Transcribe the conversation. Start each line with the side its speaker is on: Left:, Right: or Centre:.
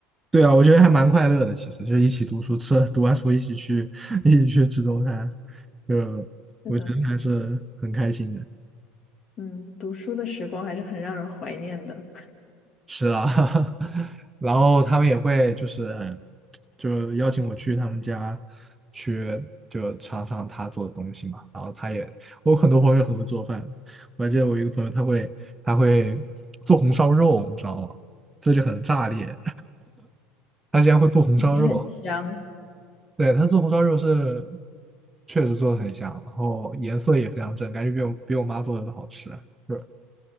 Right: 对啊，我觉得还蛮快乐的，其实就一起读书吃，读完书一起去 <laughs> 一起去吃中餐，就
Left: 是的，
Right: 我觉得还是很开心的。
Left: 嗯，读书的时光还是很让人怀念的。
Right: 是啊，<laughs> 然后他们也会就是就邀请我去他们家去就尝尝他做的东西嘛。然后他也，我很多朋友很会做饭，我还记得我一个朋友他会他会做红烧肉，你知道吗？这就很炸裂。他竟然会做红烧肉，
Left: 也很香。
Right: 对，他做红烧肉是确实做的很香，然后颜色也非常正，感觉比我比我妈做的都好吃啊，就是